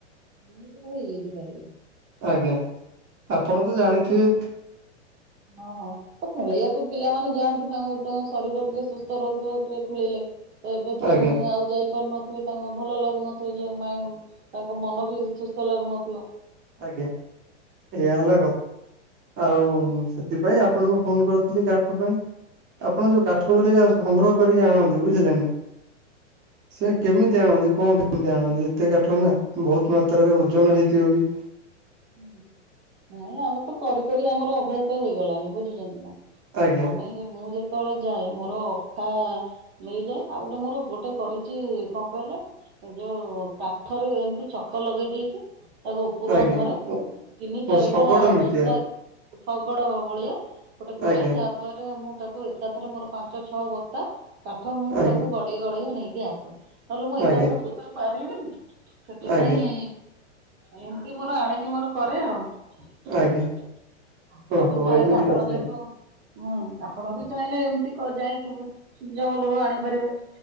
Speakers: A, on the right (about 60°); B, on the right (about 30°).
A: ଇମିତି ସବୁହେଇଯାଇଛି ତା ହେଲେ।
B: ଆଜ୍ଞା। ଆପଣ ତ
A: ଏଲ୍ପସନ୍
B: ଜାଣିଥିବେ
A: ହଁ ହଁ। ଏ ଖୋଳେଇୟାକୁ ପିଲାମାନେ ଯାଆନ୍ତି ତାଙ୍କ ଦେଅଁ ଶରୀର ଟିକେ ସୁସ୍ଥ ରହୁଥିବ ଟିକେ ଖୁଳେଇଲେ। ଏବେ ତ
B: ଆଜ୍ଞା
A: ଉଁ ଆଉ ଯାଇପାରୁନ। ଥିବେ ତାଙ୍କ ଭଲ ଲାଗୁନଥିବ ଯେ ମାଇଁମ୍ ତାଙ୍କ ମନ ବି ସୁସ୍ଥ ଲାଗୁନଥିବ।
B: ଆଜ୍ଞା ଏହିଆ ହେଲା ଗଥ୍। ଆଉମ୍ ସେଥିପାଇଁ ଆପଣଙ୍କୁ ଫୋନ୍ କରିଥିଲି କାଠ ପାଇଁ। ଆପଣ ଯୋଉ କାଠ ଗୁରିକା ସଂଗ୍ରହ କରିକି ଆଣନ୍ତି ବୁଝିଲେ ନା। ସେ କେମିତି ଆଣନ୍ତି କଣ କେମିତି ଆଣନ୍ତି ଏତେ କାଠ ନା ବହୁତ୍ ମାତ୍ରାରେ ଓଜନ ହେଇଥିବ ବି।
A: ହୁଁ। ନାଇଁ ଆମର୍ ତ କରି କରି ଆମର ଅଭ୍ୟାସ ହେଇଗଲାଣି ବୁଝୁଚନ୍ତି ନା।
B: ଆଜ୍ଞା
A: ଆମେ ମୁଁ ଯେ ତଳେ ଯାଏ ମୋର ଅଖା ନେଇଯାଏ ଆଉ ଗୋଟେ ମୋର ଗୋଟେ କରିଚି କଣ କହିଲ? ଯୋଉ କାଠରେ ଏମ୍ତି ଚକ ଲଗେଇ ଦେଇଚି। ତାକୁ ଓପୁରୁଆ
B: ଆଜ୍ଞା
A: ଧରେ
B: ଓ
A: ଚିନି
B: ଶଗଡ଼
A: <unintelligible> ଟା
B: ମିତିଆ
A: ବସ୍ତା ଶଗଡ଼ ଭଳିଆ ଗୋଟେ କର
B: ଆଜ୍ଞା
A: ଯାହା ମଳରେ ମୁଁ ତାକୁ ଏକାଥରେ ମୋର ପାଞ୍ଚ ଛଅ ବସ୍ତା କାଠ ମୁଁ
B: ଆଜ୍ଞା
A: ତାକୁ ଗର୍- - ଟଇ ଗଢେଇଆ ନେଇକି ଆ ତୁମ୍ ତାହେଲେ ମୁଁ ଏକା
B: ଆଜ୍ଞା
A: ତ <unintelligible> ଏକାଥରକେ ତାକୁ ପାରିବିନି। ସେଟି
B: ଆଜ୍ଞା
A: ପାଇଁ ଏମିତି ମୋର ଆଣିକି ମୋର କରେ ଆଉ। <inaudible>
B: ଆଜ୍ଞା
A: ହା ହ
B: ଓହୋ
A: ହଗିକି ଆଇଲ
B: ଏମିତି
A: ଆପଣ
B: କଥା
A: ଯେହେତୁ
B: କି।
A: ମୁଁ ଆପଣ ବି ଚାହିଁଲେ ଏମ୍ତି କ ଯାଇଁକି ବୁ <unintelligible> ଆଣିପାରିବେ।